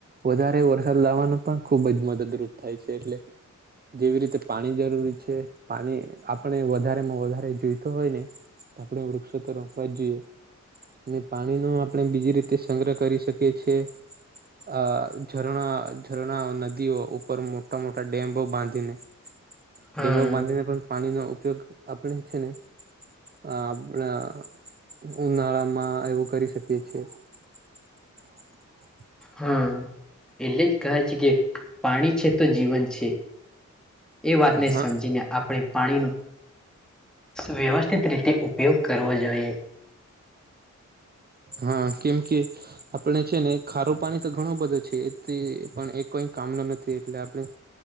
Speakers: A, on the right; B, in the centre.
A: વધારે વરસાદ લાવવાનું પણ ખુબ જ મદદરૂપ થાય છે એટલે. જેવી રીતે પાણી જરૂરી છે પાણી આપણે વધારે માં વધારે જોઈતો હોય ને. આપણે વૃક્ષ તો રોપવા જ જોઈએ અને પાણી નો આપણે બીજી રીતે સંગ્રહ કરી શકીએએ. છે. આ ઝરણા ઝરણા નદીઓ ઉપર મોટા મોટા ડેમો બાંધીને.
B: હા
A: ડેમો બાંધીને પણ પાણીનો ઉપયોગ આપણે છે ને. અ આપણા ઉનાળા માં એવું કરી શકીએ છેએ. <inaudible>
B: હા એટલે કાજે કે પાણી છે તો જીવન છે. એ વાતને
A: હા
B: સમજીને આપ. આપણે પાણીનો વ્યવસ્થિત રીતે ઉપયોગ કરવો જોઈએ.
A: હા કેમ કે. આપણે છે ને ખારું પાણી તો ઘણું બધું છે એ પણ એ કોઈ કામનો નથી એટલે આપણે.